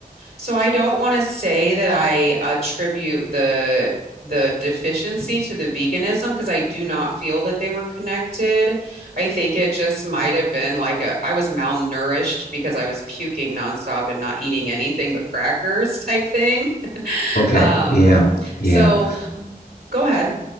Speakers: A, on the right; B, on the left.
A: so I don't want to say that I attribute the the deficiency to the veganism because I do not feel that they were connected. I think it just might have been like a I was malnourished because I was puking nonstop and not eating anything but crackers type thing. <laughs>
B: Okay.
A: Um,
B: Yeah. Yeah.
A: so. Go ahead.